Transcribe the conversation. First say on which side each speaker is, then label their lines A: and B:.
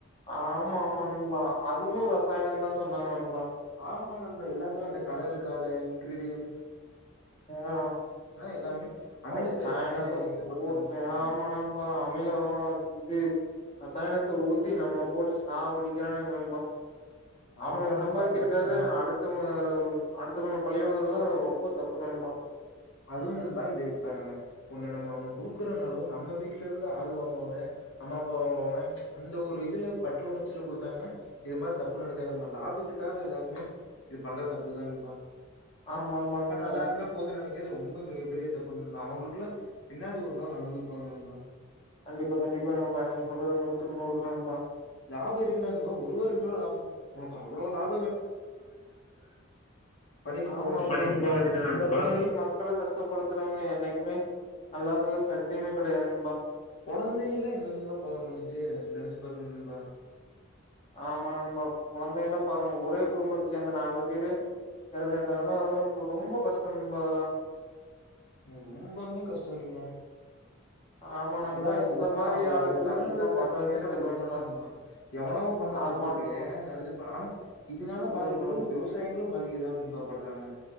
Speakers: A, on the left; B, on the left.
A: ஆமா ஆமா நண்பா அதுவு ரசாயனன்தா சொன்னாங்க நண்பா
B: ஆமா நண்பா எல்லாருமே அந்த கலருக்காக இன்கிரிடியன்ஸ்
A: ஆ
B: எல்லாமே அமிலத்தை
A: ரசாயனத்த
B: எல்லாமே இது
A: போட்டு
B: பண்ணிட்டாங்க
A: ஆமா நண்பா அமில இது ரசாயனத்த ஊத்தி நம்ம போட்டு சாவடிக்கிறானுங்க நண்பா அவனுக
B: ஆமா நண்பா
A: சம்பாரிக்கிறதுக்காக
B: ம்.
A: அடுத்தவங்க அடுத்தவன பழிவாங்குறதெல்லா ரொம்ப தப் பு நண்பா
B: அதுவு நண்பா இது இப்ப நம்ம ஒண்ணு நம்ம ஒண்ணு குடுக்குறனாலு நம்ம வீட்ல இருந்து ஆள் வாங்குவாங்க அம்மா அப்பா வாங்குவாங்க அந்த ஒரு இதுல பற்று உணர்ச்சில குடுத்தாங்கன்னா இது மாரி தப்பு நடக்காது நண்பா லாபத்துக்காக எல்லாருமே இது பண்ற தப்புதா நண்பா
A: ஆமா ஆமா
B: நம்ம
A: நண்பா
B: நல்லா இருந்தா போதுன் நெனைக் இது ரொம்ப மிகப்பெரிய தப்பு நண்பா அவங்களுக்கெலா பின்னாடி ஒரு நாள் அனுபவிப்பாங்க நண்பா
A: கண்டிப்பா கண்டிப்பா நண்பா நீங்க சொல்றது நூத்துக்கு நூறுதா நண்பா
B: லாப இருக்கலா நண்பா ஒருவா ரெண்டுருவா லாப உனக்கு அவ்ளோ லாப பண்ணிட்டு
A: ஆமா
B: போ வேண்டியதுதான
A: நண்பா இந்த மாரி மக்கள கஷ்டப்படுத்துறவங்க என்னைக்குமே நல்லா இருந்ததா சரித்ரமே கெடையாது நண்பா
B: கொழந்தை யெல்லா என்ன நண்பா பாவோ பன்னுச்சு நினைச்சு பாருங்க நண்பா
A: ஆமா நண்பா குழந்தைக எல்லா பாருங்க ஒரே குடும்பத்தை சேர்ந்த நாலு பேரு இறந்திருக்காங்கன்னா அதெல்லா ரொம்ப கஷ்டோ நண்பா அதெல்லா
B: ரொம்பமே கஷ்டோ நண்பா
A: ஆமா
B: அதல்லா
A: நண்பா
B: உண்மன்னா
A: இந்த மாரி
B: அவ
A: ஆளுகள்
B: அதுக்கு தகுந்த
A: என்ன பண்றதுனே
B: தண்டனைைல்லா
A: தெர்ல
B: குடுக்கணு
A: நண்பா
B: மா எவனோ பண்ண
A: ஆமா
B: தப்புக்கு
A: நண்பா
B: நெனச்சுப்பா ஆனா இதுனால
A: சொல்லுங்க
B: பாதிக்கப்படுவது
A: சொல்லுங்க
B: விவசாயங்ளும் பாதிக்கதா நன்பா படுறாங்க